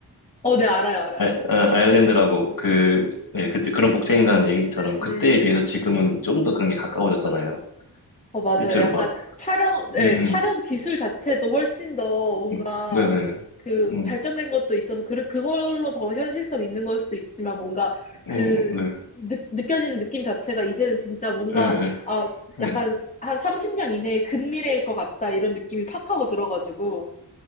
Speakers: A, on the left; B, on the left.
A: 어, 네, 알아요, 알아요,
B: 아,
A: 알아요.
B: 아, 아일랜드라고 그, 네, 그때 그런 복제인간 얘기처럼
A: 네, 네.
B: 그때에 비해서 지금은 좀 더 그런 게 가까워졌잖아요.
A: 어, 맞아요.
B: 실제로
A: 약간
B: 막,
A: 촬영, 네,
B: 음,
A: 촬영
B: 음,
A: 기술 자체도 훨씬 더 뭔가
B: 음, 네네.
A: 그
B: 음,
A: 발전된 것도 있어서 그, 그걸로 더 현실성 있는 걸 수도 있지만 뭔가 그
B: 음, 음, 네,
A: 느, 느껴지는 느낌 자체가 이제는 진짜 뭔가
B: 예, 예,
A: 아, 약간
B: 예.
A: 한 30년 이내의 근미래일 것 같다 이런 느낌이 팍 하고 들어가지고.